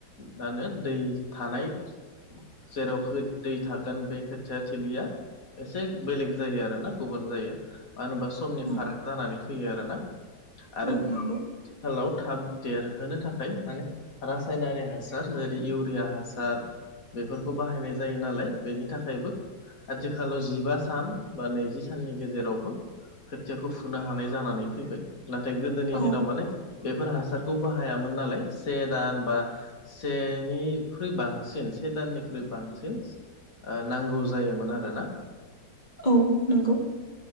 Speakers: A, on the left; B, on the left.
A: मा होनो दै थानाय जेराव दै थागोन बे खोथिया थिलिया एसे बेलेग जायो आरो ना गुबुन जायो मानो होनोबा समनि
B: औ
A: फाराग जानानै फैयो आरो ना आरो
B: औ नंगौ
A: आथिखालाव थाब देरहोनो थाखाय माने रासायनारि हासार जेरै इउरिया हासार बेफोरखौ बाहायनाय जायो नालाय बेनि थाखायबो आथिखालाव जिबा सान बा नैजि साननि गेजेरावबो खोथियाखौ फुनो हानाय जानानै फैबाय नाथाय गोदोनि
B: औ
A: दिनाव माने बेफोर हासारखौ बाहायामोन नालाय से दान बा सेनिख्रुइ बांसिन से दाननिख्रुइ बांसिन ओ नांगौ जायोमोन आरो ना
B: औ नंगौ